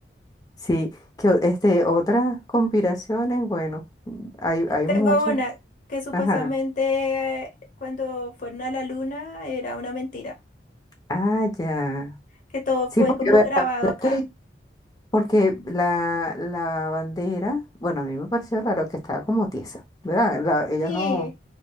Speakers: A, on the left (about 20°); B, on the left (about 45°).
A: sí, que o- este, otras conspiraciones, bueno, hay, hay
B: Tengo
A: muchas,
B: una que supuestamente
A: ajá.
B: eh, cuando fueron a la luna era una mentira,
A: Ah, ya.
B: que todo
A: Sí,
B: fue
A: porque,
B: como
A: a ver,
B: grabado
A: la verdad
B: acá.
A: que- porque la, la bandera, bueno, a mí me pareció raro que estaba como tiesa, ¿verdad? La- ella
B: Sí,
A: no,